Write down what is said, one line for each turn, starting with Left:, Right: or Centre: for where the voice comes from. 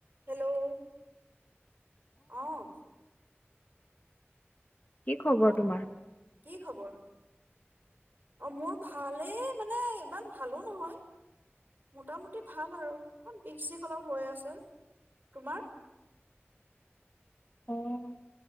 Right: Hello অ
Left: কি খবৰ
Right: অ
Left: তোমাৰ?
Right: কি খবৰ? অ' মোৰ ভালেই মানে ইমান ভালো নহয়। মোটামুটি ভাল আৰু অকমান বিষ চিষ অলপ হৈ আছে তোমাৰ।
Left: অ'